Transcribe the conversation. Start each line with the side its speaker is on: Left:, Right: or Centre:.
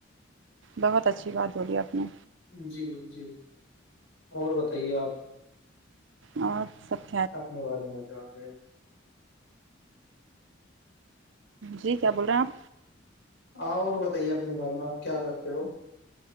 Right: بہت اچھی بات بولی آپ نے
Left: جی جی اور بتائیے آپ
Right: اور ست
Left: اپنے بارے میں جا کے
Right: جی کیا بول رہے ہیں آپ
Left: ہ اور بتائیے اپنے بارے میں آپ کیا کرتے ہو